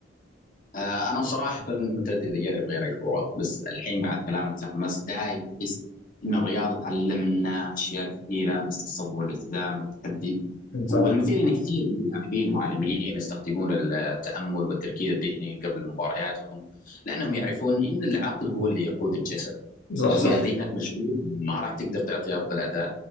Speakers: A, on the left; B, on the left.
A: آه، انا بصراحه كنت متردد اجرب غير الكوره بس الحين بعد كلامك تحمست دايم احس ان الرياضه تعلمنا اشياء كثيره مثل الصبر والالتزام والتحدي والمثير
B: صح
A: ان كثير من اللاعبين والمعلمين يستخدمون التامل والتركيز الذهني قبل مبارياتهم لانهم يعرفون ان العقل هو اللي يقود الجسد
B: صح
A: واذا
B: صح
A: ذهنك مشغول ما راح تقدر تعطي افضل اداء